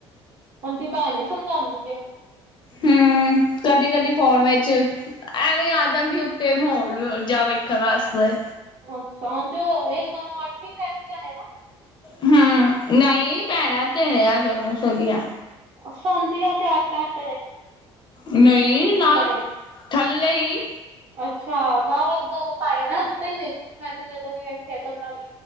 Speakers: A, on the right; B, on the left.
A: ਔੰਦੀ ਭੈਨ ਹੀ ਸਮਝਾਉਂਦੀ ਹੈ
B: ਹੂ ਕਦੀ-ਕਦੀ ਫੋਨ ਵਿੱਚ ਐਵੇਂ ਆ ਜਾਂਦੀ ਉੱਤੇ, ਮਾਹੌਲ ਜਾ ਵੇਖਣ ਵਾਸਤੇ
A: ਅੱਛਾ, ਹ ਜੋ ਇਹ ਦੋਨੋ ਅਡ ਹੀ ਰਹਿੰਦੀਆਂ ਨੇ ਨਾ
B: ਹੂ, ਨਹੀਂ ਭੈਣਾ ਤੇ ਨੇ ਐ ਦੋਨੋ ਸਗੀਆਂ
A: ਸੌਦੀਆਂ ਤੇ ਆਡ ਅਡ
B: ਨਹੀਂ ਨਾਲ,
A: ਨੇ
B: ਥੱਲੇ ਹੀ
A: ਅੱਛਾ ਵਾਹ ਦੋ ਪਾਏ ਨਾ ਉੱਤੇ ਹੀ ਵੇਖਆ, ਮੈਂ ਤੇ ਜਦੋਂ ਵੀ ਵੇਖਿਆ ਤੇ ਉਹਨਾਂ ਨੂੰ